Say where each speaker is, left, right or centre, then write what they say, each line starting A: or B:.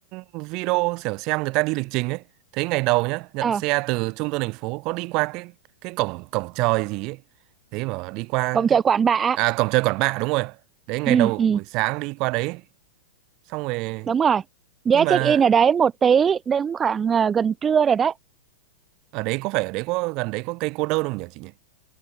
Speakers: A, on the right; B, on the right.
A: video kiểu xem người ta đi lịch trình ấy. Thấy ngày đầu nhá, nhận
B: ờ
A: xe từ trung tâm thành phố có đi qua cái cái cổng cổng trời gì ấy. Thế mà đi qua
B: cổng
A: cái
B: chợ Quản Bạ
A: à cổng trời Quản Bạ đúng rồi. Đấy ngày
B: ừ
A: đầu
B: ừ
A: buổi sáng đi qua đấy. Xong rồi
B: đúng rồi giá
A: nhưng mà
B: check in ở đấy một tí đến khoảng ờ, gần trưa rồi đấy
A: ở đấy có phải ở đấy có gần đấy có cây cô đơn không nhỉ chị nhỉ?